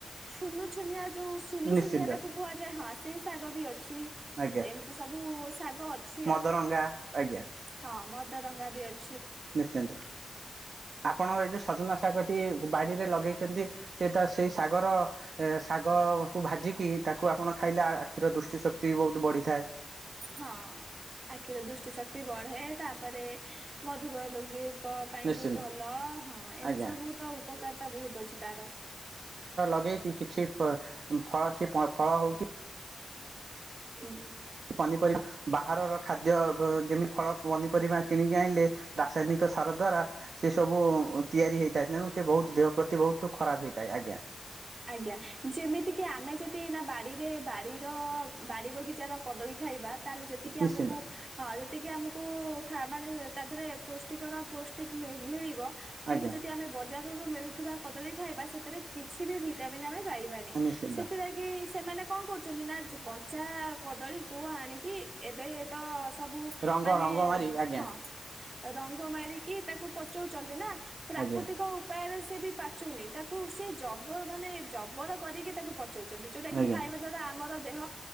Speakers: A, on the right; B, on the right.
A: ଛୁନୁ ଛୁନିଆ ଯୋଉ ସୁନୁ
B: ନିଶ୍ଚିନ୍ତ
A: ସୁୁନିଆ ତାକୁ କୁହାଯାଏ। ହଁ ସେଇ ଶାଗ ବି ଅଛି
B: ଆଜ୍ଞା
A: ଏମିତି ସବୁ ଶାଗ ଅଛି
B: ମଦରଙ୍ଗା ଆଜ୍ଞା
A: ହଁ ମଦରଙ୍ଗା ବି ଅଛି।
B: ନିଶ୍ଚିନ୍ତ ଆପଣ ଏଇ ଯୋଉ ସଜନା ଶାଗଟି ବାଡିରେ ଲଗେଇ ଛନ୍ତି ସେ ତା ସେଇ ଶାଗର ଶାଗକୁ ଭାଜିକି ତାକୁ ଆପଣ ଖାଇଲେ ଆଖିର ଦୃଷ୍ଟି ଶକ୍ତି ବି ବହୁତ ବଢ଼ିଥାଏ।
A: ହଁ ଆଖିରେ ଦୃଷ୍ଟି ଶକ୍ତି ବଢେ। ତାପରେ ମଧୁମହ ଲୋଗୀ ଙ୍କ ପାଇଁ
B: ନିଶ୍ଚିନ୍ତ
A: ବି ଭଲ ହଁ ଏମିତି
B: ଆଜ୍ଞା
A: ସବୁ ତ ଉପକାରତା ବହୁତ ଅଛି ତାର।
B: ଲଗେଇ କି କିଛି ଫଳ ଫଳ ସେ ଫଳ ହଉଛି
A: ହୁଁ।
B: ପନିପରିବା ବାହାରର ଖାଦ୍ୟ ବ ଯେମିତି ଫଳ ପନିପରିବା କିଣିକି ଆଣିଲେ ରାସାୟନିକ ସାର ଦ୍ଵାରା ସେ ସବୁ ତିଆରି ହେଇଥାଏ। ତେଣୁ ସେ ବହୁତ ଦେହ ପ୍ରତି ବହୁତ ଖରାପ ହେଇଥାଏ ଆଜ୍ଞା।
A: ଆଜ୍ଞା ଯେମିତିକି ଆମେ ଯଦି ନା ବାଡିରେ ବାଡିର ବାଡି ବଗିଚାର କଦଳୀ ଖାଇବା ତାହେଲେ ଯେତିକି
B: ନିଶ୍ଚିନ୍ତ
A: ଆମକୁ ହଁ ଯେତିକି ଆମକୁ ମାନେ ତା ଦେହେରେ ପଷ୍ଟିକର ପଷ୍ଟିକ୍ ମି ମିଳିବ। କିନ୍ତୁ
B: ଆଜ୍ଞା
A: ଯଦି ଆମେ ବ ବଜାରରୁ ମିଳୁଥିବା କଦଳୀ ଖାଇବା ସେଥିରେ କିଛି ବି ଭିଟାମିନ୍ ଆମେ ପାଇବାନି।
B: ନିଶ୍ଚିନ୍ତ
A: ସେଥିରେ ଯାଇକି ସେମାନେ କଣ କରୁଛନ୍ତି ନା କଞ୍ଚା କଦଳୀକୁ ଆଣିକି ଏବେ ତ ସବୁ
B: ରଙ୍ଗ
A: ମାନେ
B: ରଙ୍ଗ ମାରି ଆଜ୍ଞା
A: ହଁ ରଙ୍ଗ ମାରିକି ତାକୁ ପଚଉଛନ୍ତି ନା। ପ୍ରାକୃତିକ
B: ଆଜ୍ଞା
A: ଉପାୟରେ ସେ ବି ପାଚୁନି। ତାକୁ ସେ ଜବ ମାନେ ଜବର କରିକି ତାକୁ ପଚଉଛନ୍ତି। ଯୋଉଟା କି
B: ଆଜ୍ଞା
A: ଖାଇବା ଦ୍ଵାରା ଆମର ଦେହ